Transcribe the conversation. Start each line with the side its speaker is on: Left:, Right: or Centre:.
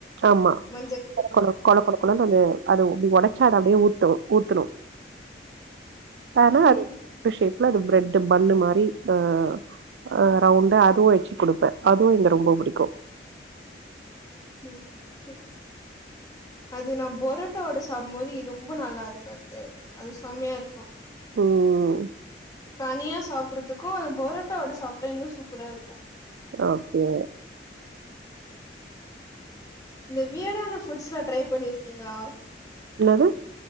Right: ஆமா
Left: மஞ்ச
Right: கொல கொல கொலன்னு அந்த அது அப்பிடி உடச்சா அது அப்டியே ஒத் ட்டும் ஊத்தணு ஆனா
Left: ம்
Right: அது அஷேம் ஃபுல்லா இந்த பிரெட் பண்ணு மாரி ஆ ஆ ரவுண்டா அதுவும் வச்சு குடுப்பே அதுவும் இங்க ரொம்ப புடிக்கு
Left: ம் ஹிம் அது நான் பரோட்டாவோட சாப்பிடும்போது ரொம்ப நல்லா இருக்குமது அது சம்மையா இருக்கும்
Right: ம்
Left: தனியா சாப்புடுறதுக்கும் பொரோட்டாவோட சாப்ட்டா இன்னும் சூப்பரா இருக்கு
Right: ஓகே
Left: இந்த வியர்டான ஃபுட்ஸ்லா ட்ரை பண்ணிருக்கீங்களா
Right: என்னாது